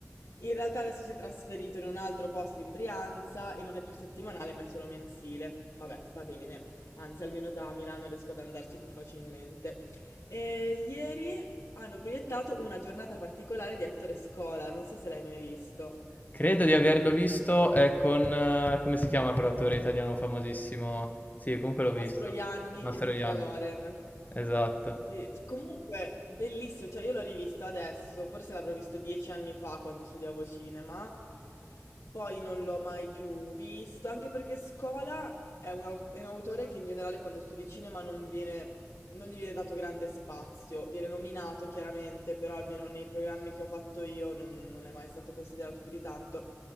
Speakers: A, on the left (about 80°); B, on the left (about 30°).
A: In realtà adesso si è trasferito in un altro posto in Brianza e non è più settimanale, ma è solo mensile. Vabbè, va bene. Anzi, almeno da Milano riesco ad andarci più facilmente. E ieri hanno proiettato una giornata particolare di Ettore Scola, non so se l'hai mai visto.
B: Credo di averlo visto, è con... eh, come si chiama quell'attore italiano famosissimo? Sì, comunque l'ho visto.
A: Mastroianni
B: Mastroianni.
A: e Sofia Loren.
B: Esatto.
A: Be- comunque, bellissimo, cioè io l'ho rivisto adesso, forse l'avrò visto dieci anni fa quando studiavo cinema, poi non l'ho mai più visto, anche perché Scola è un, au- è un autore che in generale quando studi cinema non viene, non gli viene dato grande spazio, viene nominato chiaramente, però almeno nei programmi che ho fatto io non, non è mai stato considerato più di tanto.